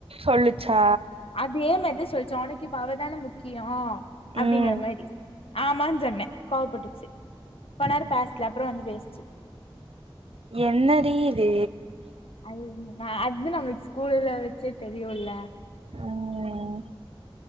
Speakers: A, on the right; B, on the left.
A: சொல்லுச்சா
B: அதே மாரி தா சொல்லுச்சா உனக்கு இப்ப அவ தான முக்கியோ அப்டிங்கற
A: ம்
B: மாரி ஆமான் சொன்ன கோவப்பட்டுச்சு போனாரு பேசல அப்றோ வந்து பேசுச்சு
A: என்னடி இது
B: அது நா அது நம்மளுக் ஸ்கூலுல்ல வச்சே தெரியுல்ல
A: ம்